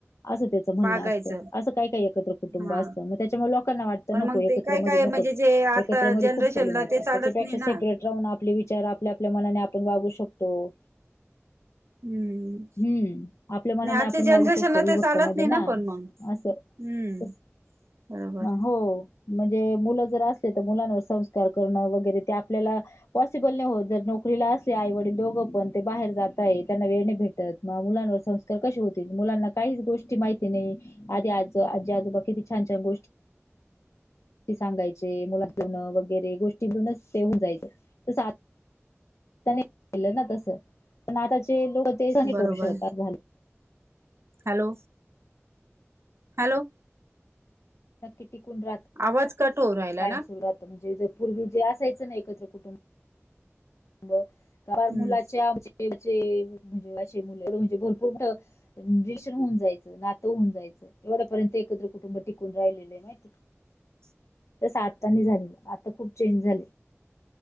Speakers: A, on the left; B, on the right.
A: असं त्याचं म्हणणं
B: वागायचं
A: असतं असं काय काही एकत्र कुटुंब
B: हा
A: असतं मग त्याच्यामुळे लो कांना वाटत
B: पण
A: नको
B: मग
A: एकत्र
B: ते काय
A: मधे
B: काय
A: नकोच
B: म्हणजे जे आता
A: एकत्र
B: जनरेशनला
A: खूप प्रॉब्लेम येतात
B: ते चालत
A: त्याच्यापेक्षा
B: नाही
A: सेपरेट
B: ना
A: राहून आप आपले विचार आपल्या, आपल्या, मनाने आपण वागू शकतो
B: हम्म
A: हम्म आपल्या मनाने
B: नाही आजच्या
A: आपण
B: जनरेशनला
A: वागू शकतो विभक्ता
B: ते चालत
A: मध्ये
B: नाही
A: ना
B: पण मग
A: असं
B: हम्म
A: तस
B: बरोबर
A: हो म्हणजे मुलं जर असले तर मुलांवर संस्कार करणं वगैरे ते आपल्याला पॉसिबल नाही होत जर नोकरीला असले आईवडील दोघं पण ते बाहेर जाताये त्यांना वेळ नाही भेटत म मुलांवर सं संस्कार कसे होतील? मुलांना काहीच गोष्टी माहिती नाही आधी आज आजी आजोबा किती छान छान गोष्टी सांगायचे मुलान वगैरे गोष्टीतूनच ते होऊन जायच तस केलं ना तसं पण आताचे लोकं ते नाही
B: बरोबर
A: करू शकत असं झालं.
B: हॅलो! हॅलो
A: नक्की टिकून राहत
B: आवाज कट होऊ राहिला
A: कायम
B: ना
A: सुरू राहत म्हणजे जरी पूर्वी जे असायचं ना एकत्र कुटुंब बं पार
B: हम्म
A: मुलाचे आमचे म्हणजे असे मुलंढ म्हणजे भरपूर रिलेशन होऊन जायचं नातं होऊन जायचं एवढ्यापर्यंत एकत्र कुटुंब टिकून राहिलेलंय माहिती
B: ह <unintelligible>
A: त्या सात जणी झालेलं आता खूप चेंज झाले